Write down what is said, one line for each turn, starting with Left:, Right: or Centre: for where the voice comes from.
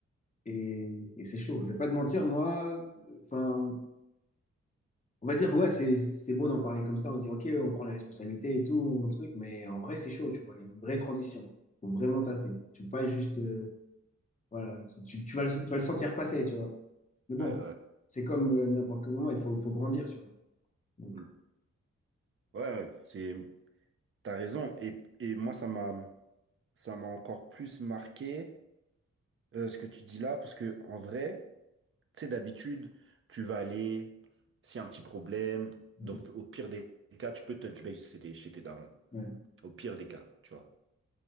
Left: Et, et c'est chaud. Je vais pas te mentir, moi, enfin. On va dire, ouais, c'est c'est beau d'en parler comme ça, on se dit, ok, on prend la responsabilité et tout, on truc, mais en vrai, c'est chaud, tu vois, il y a une vraie transition. Faut vraiment taffer. Tu peux pas juste, euh, voilà, tu, tu- tu vas, le- tu vas le sentir passer, tu vois. Mais bon,
Right: Ouais, ouais.
Left: c'est comme euh, n'importe quel moment, il faut, faut grandir, tu vois. Donc,
Right: Mm. Ouais, ouais, c'est, t'as raison. Et, et moi, ça m'a, ça m'a encore plus marqué euh, ce que tu dis là, parce que en vrai, tu sais, d'habitude, tu vas aller, s'il y a un petit problème,
Left: euh,
Right: donc au pire des cas, tu peux touch base chez tes, chez tes darons.
Left: ouais,
Right: Au pire des cas, tu vois.